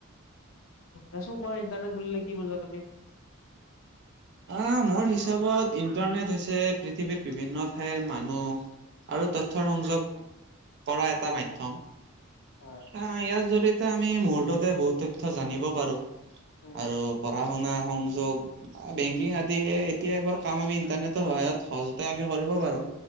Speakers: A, on the left; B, on the right.
A: দেচোন কোৱা ইণ্টাৰনেট বুলিলে কি বুজা তুমি?
B: আহ মোৰ হিচাপত ইণ্টাৰনেট হৈছে পৃথিৱীৰ বিভিন্ন ঠাইৰ মানুহ আৰু তথ্যৰ সংযোগ কৰা এটা মাধ্যম
A: হয়
B: অ ইয়াৰ জৰিয়তে আমি মুহুৰ্ততে বহুত তথ্য জানিব পাৰো
A: উম,
B: আৰু পঢ়া শুনা সংযোগ বেংকিং আদি এতিয়া এইবোৰ কাম আমি ইণ্টাৰনেটৰ সহায়ত সহজতে আমি কৰিব পাৰো।